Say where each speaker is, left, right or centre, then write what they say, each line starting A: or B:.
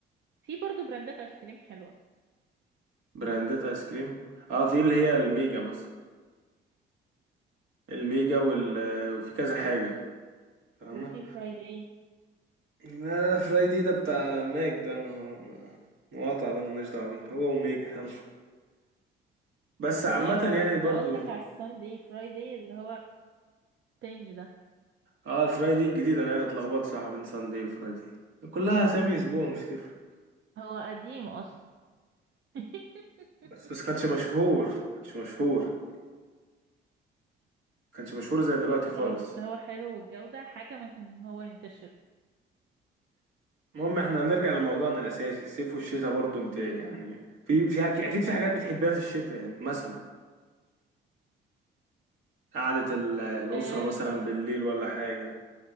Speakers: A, on the right; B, on the right.
A: في برضو براندات ايس كريم حلوة
B: براندات ايس كريم اه في اللي هي الميجا مثلا الميجا وال... وفي كذا حاجة فاهمة
A: وفي فرايداي
B: لا لا فراي دي ده بتاع ماك ده ما هو ما- مقاطع ده ملناش دعوة بيه هو وميجا يلا بس
A: لا
B: عامة يعني
A: انت
B: برضو
A: قصدك على الساندي فرايداي اللي هو التاني ده
B: اه الفراي دي الجديدة انا يعني اتلخبطت صح بين ساندي وفراي دي كلها اسامي اسبوع مش تفرق
A: هو قديم اصلا <laughs>
B: بس بس كانش مشهور كانش مشهور كانش مشهور زي دلوقتي خالص
A: اه بس هو حلو والجودة حكمت ان هو ينتشر
B: المهم احنا هنرجع لموضوعنا الاساسي الصيف والشتاء برضو انت يعني في في حاجة- اكيد في حاجات بتحبها في الشتاء يعني مثلا قعدة ال- الأسرة
A: أه
B: مثلا بالليل ولا حاجة